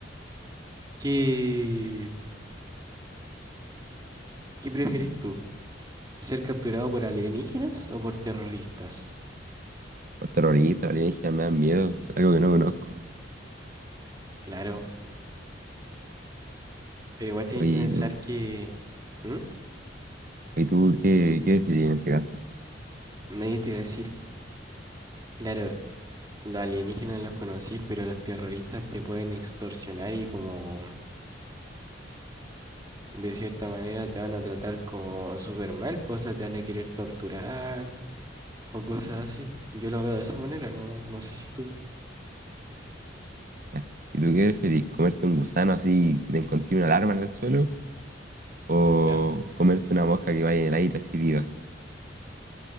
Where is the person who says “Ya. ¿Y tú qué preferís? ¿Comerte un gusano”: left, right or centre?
Right